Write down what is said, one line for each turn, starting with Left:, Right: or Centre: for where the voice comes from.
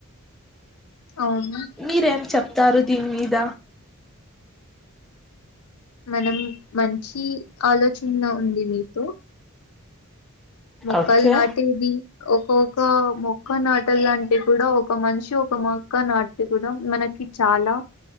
Left: అవును
Centre: మీరేం చెప్ప తారు దీన్ మీద
Left: మనం మంచి ఆలోచన ఉంది మీతో మొక్కలు
Centre: ఓకే
Left: నాటేది ఒకొక్క మొక్క నాటలు అంటే కూడా ఒక మనిషి ఒక మొక్క నాటితే కూడా మనకి చాలా